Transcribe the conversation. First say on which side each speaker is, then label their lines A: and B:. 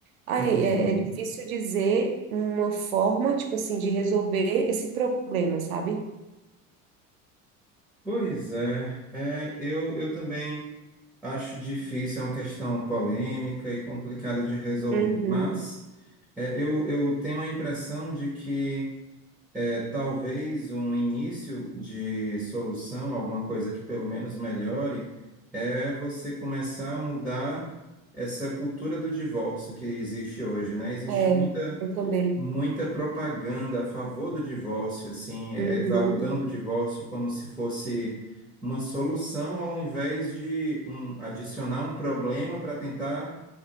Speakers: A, on the right (about 75°); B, in the centre.
A: Ai,
B: Uhum.
A: é, é difícil dizer uma forma, tipo assim, de resolver esse problema, sabe?
B: Pois é, é, eu, eu também acho difícil, é uma questão polêmica e complicada de resolver,
A: Uhum.
B: mas é, eu, eu tenho a impressão de que é, talvez um início de solução, alguma coisa que pelo menos melhore, é você começar a mudar essa cultura do divórcio que existe hoje, né? Existe
A: É,
B: muita
A: eu também.
B: muita propaganda a favor do divórcio, assim, exaltando
A: Uhum.
B: o divórcio como se fosse uma solução ao invés de um, adicionar um problema para tentar